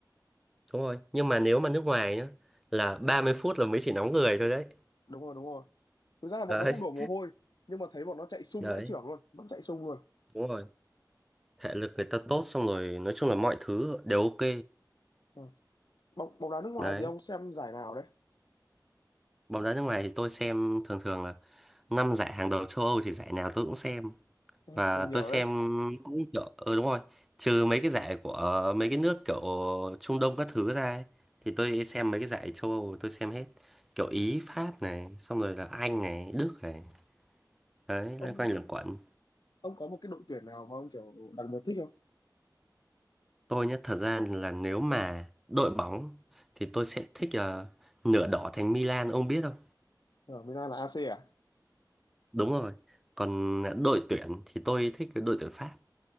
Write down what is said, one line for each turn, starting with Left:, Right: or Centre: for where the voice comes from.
Centre: đúng rồi nhưng mà nếu mà nước ngoài nhá là 30 phút là mới chỉ nóng người thôi đấy
Left: đúng rồi đúng rồi thực ra là bọn
Centre: đấy
Left: nó cũng đổ mồ hôi nhưng mà thấy bọn nó chạy sung
Centre: đấy
Left: vãi chưởng luôn vẫn chạy sung luôn
Centre: đúng rồi thể lực người ta tốt xong rồi nói chung là mọi thứ đều ok
Left: ừ. bóng bóng đá nước ngoài
Centre: đấy
Left: thì ông xem giải nào đấy
Centre: bóng đá nước ngoài thì tôi xem thường thường là năm giải hàng đầu châu Âu thì giải nào tôi cũng xem
Left: Ừ,
Centre: và
Left: xem
Centre: tôi
Left: nhiều
Centre: xem
Left: đấy
Centre: cũng kiểu ừ đúng rồi trừ mấy cái giải của mấy cái nước kiểu Trung Đông các thứ ra ấy, thì tôi xem mấy cái giải châu Âu tôi xem hết kiểu Ý
Left: Ừ.
Centre: Pháp này xong rồi là Anh này Đức này đấy
Left: ông
Centre: loanh quanh luẩn quẩn
Left: ông có một cái đội tuyển nào mà ông kiểu đặc biệt thích không
Centre: Tôi nhé, thật ra là nếu mà đội bóng thì tôi sẽ thích ờ, nửa đỏ thành Milan, ông biết không?
Left: ở Milan là AC à
Centre: Đúng rồi. Còn đội tuyển thì tôi thích cái đội tuyển Pháp.